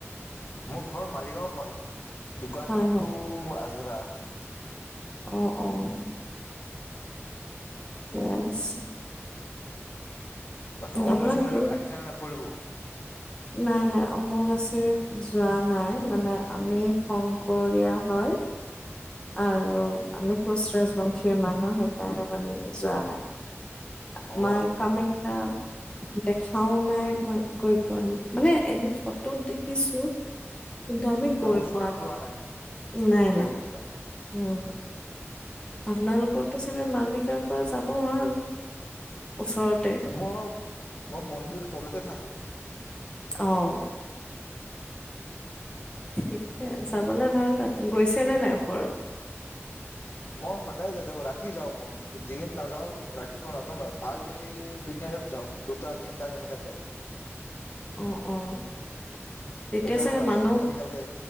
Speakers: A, on the left (about 50°); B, on the left (about 20°).
A: মোৰ ঘৰ মালিগাঁও হয়। দোকানটো
B: হয় হয়
A: মোৰ আজৰা।
B: অ' অ'। বেয়া লুটছে
A: আচ্ছা অহ, অম্বুবাচী
B: আপোনাৰ
A: মেলাত
B: দূৰ
A: আহিছানে নাই ফুৰিব?
B: নাই নাই অম্বুবাচীত যোৱা নাই মানে আমি শংকৰীয়া হয়। আৰু আমি কোচ ৰাজবংশীয় মানুহ, সেইকাৰণে মানে যোৱা নাই।
A: অ
B: মাই কামাখ্যা দেখাও নাই, মই গৈ পোৱা নাই। মানে এনেই ফটোত দেখিছোঁ কিন্তু আমি গৈ
A: ওচৰত
B: পোৱা নাই।
A: যোৱা
B: নাই,
A: সেইটোৱে
B: নাই,
A: কথা
B: উম।
A: <unintelligible>
B: আপোনালোকৰতো চাগে মালিকাৰ পৰা যাব ভাল ওচৰতে।
A: মই, মই মন্দিৰৰ তলতে থাকোঁ।
B: অহ। ঠিকে যাবলে ভাল তাত, গৈছেনে নাই ওপৰত।
A: মই সদায় যায় থাকো, ৰাতি যাওঁ মই, দিনেত নাযাওঁ, ৰাতিপুৱা নাযাওঁ মই। কালি মিনেৰেত যাওঁ, দুটা তিনটা এনেকাত যাওঁ।
B: অহ', অহ' তেতিয়া চাগে
A: অলপ ৰাস্তাটো
B: মানুহ
A: খালী থাকে